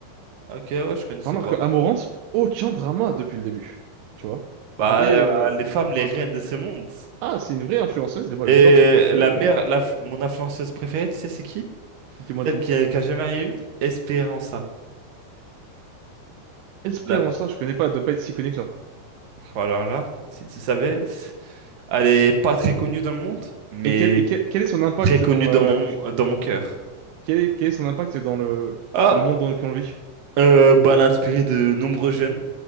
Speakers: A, on the right; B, on the right.
A: Ok, ouais, je connaissais
B: Enfin, alors
A: pas.
B: que Amarante, aucun drama depuis le début. Tu vois?
A: Bah,
B: Vrai,
A: euh,
B: euh,
A: les femmes, les
B: pour le
A: reines
B: coup.
A: de ce monde.
B: Ah, c'est une vraie influenceuse et moi
A: Et
B: j'adore son contenu
A: la mère,
B: et
A: la, mon influenceuse préférée, tu sais, c'est qui?
B: dis-moi
A: Celle
B: tout.
A: qui, a qui a jamais rien eu? Espéranza.
B: Espérance
A: Là.
B: là, je connais pas, elle doit pas être si connue que ça.
A: Voilà, là. Si tu savais. Elle est pas très connue dans le monde, mais
B: Et quel, et quel, quel est son impact
A: très connue
B: dans la,
A: dans mon, dans mon cœur.
B: quel est, quel est son impact dans le,
A: Ah,
B: le monde dans lequel on vit?
A: euh, bah, elle a inspiré de nombreux jeunes